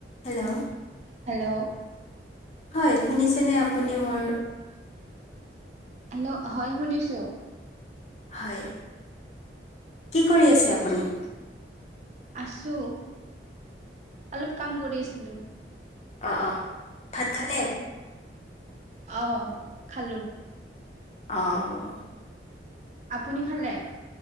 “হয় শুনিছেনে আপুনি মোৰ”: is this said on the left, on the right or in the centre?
Left